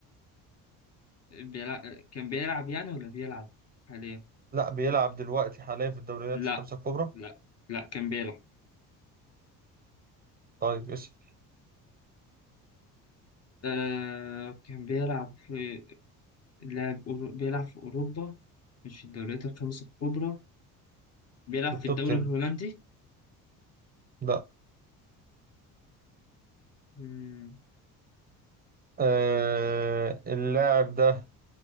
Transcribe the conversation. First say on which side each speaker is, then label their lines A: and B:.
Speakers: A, on the left; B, on the right.
A: بيلعب كان بيلعب يعني ولا بيلعب حاليا
B: لا بيلعب دلوقتي حاليا في الدوريات
A: لا
B: الخمسة الكبرى
A: لا لا كان بيلعب
B: طيب اسأل
A: آه كان بيلعب في لاعب أورو- بيلعب في أوروبا مش في الدوريات الخمسة الكبرى بيلعب
B: في التوب
A: في الدوري
B: 10
A: الهولندي
B: لا
A: مم،
B: آه اللاعب ده